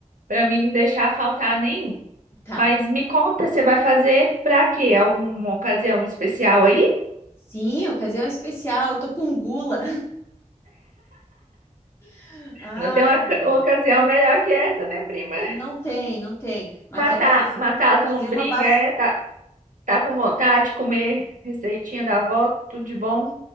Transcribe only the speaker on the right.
para mim não deixar faltar nenhum.
Mas me conta, você vai fazer para quê? Alguma ocasião especial aí?
Não tem uma
ca- ocasião melhor que essa, né, prima?
Matar,
matar
as lombrigas,
é, tá, tá com vontade de comer receitinha da avó, tudo de bom.